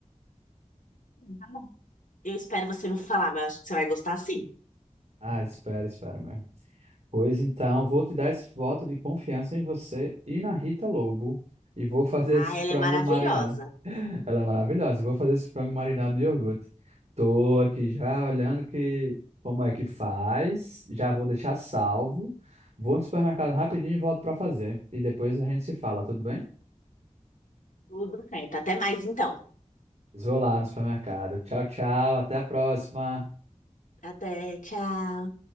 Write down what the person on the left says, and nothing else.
Tá bom. Eu espero você me falar, mas eu acho que você vai gostar sim.
Ah,
ela
é maravilhosa.
Tudo certo. Até mais então.
Até, tchau.